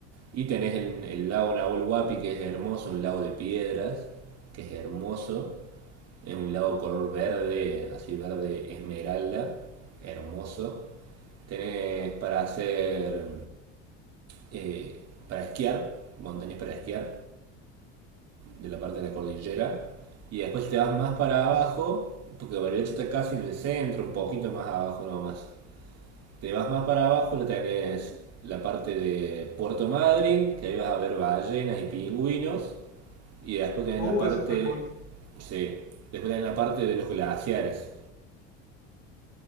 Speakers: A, on the right; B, on the left.
A: Y tenés el, el lago Nahuel Huapi, que es hermoso, un lago de piedras, que es hermoso. Es un lago color verde, así verde esmeralda, hermoso. Tenés para hacer, eh, para esquiar, montañas para esquiar, de la parte de la cordillera. Y después te vas más para abajo,
B: Es-
A: porque Bariloche está casi en el centro, un poquito más abajo nomás. Te vas más para abajo, lo tenés la parte de Puerto Madryn, que ahí vas a ver ballenas y pingüinos, y después tenés
B: uh,
A: la parte,
B: eso está cool.
A: sí, después tenés la parte de los glaciares.